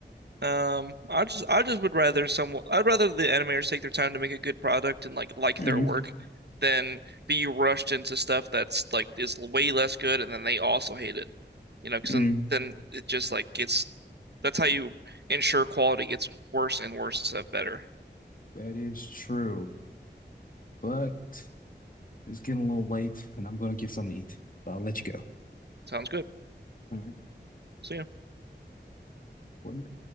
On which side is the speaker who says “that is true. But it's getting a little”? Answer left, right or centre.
Left